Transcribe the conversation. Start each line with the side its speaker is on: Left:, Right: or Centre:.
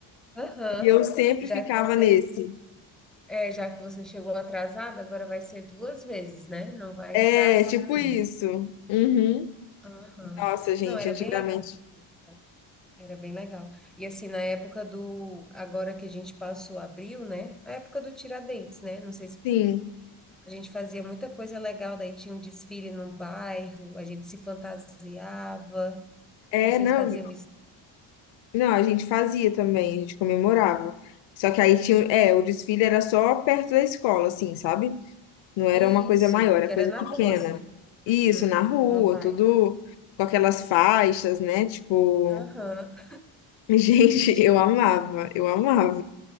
Centre: Aham.
Left: E eu sempre
Centre: Já
Left: ficava
Centre: que você
Left: nesse.
Centre: É, já que você chegou atrasada, agora vai ser duas vezes, né? Não vai
Left: É,
Centre: entrar assim.
Left: tipo isso. Uhum.
Centre: Aham.
Left: Nossa, gente,
Centre: Não, era
Left: antigamente
Centre: bem legal. naquela época, Era bem legal. E assim, na época do. Agora que a gente passou abril, né? A época do Tiradentes, né? Não sei se
Left: sim.
Centre: a gente fazia muita coisa legal, daí tinha um desfile no bairro, a gente se fantasiava.
Left: É,
Centre: Vocês
Left: não,
Centre: faziam isso?
Left: não, a gente fazia também, a gente comemorava. Só que aí tinha, é, o desfile era só perto da escola, assim, sabe? Não era
Centre: Isso,
Left: uma coisa maior, era
Centre: que
Left: coisa
Centre: era na
Left: pequena.
Centre: rua, assim.
Left: Isso,
Centre: Uhum.
Left: na rua,
Centre: No bairro.
Left: tudo com aquelas faixas, né? Tipo,
Centre: Aham.
Left: <laughs> gente,
Centre: Do Tiradentes.
Left: eu amava, eu amava.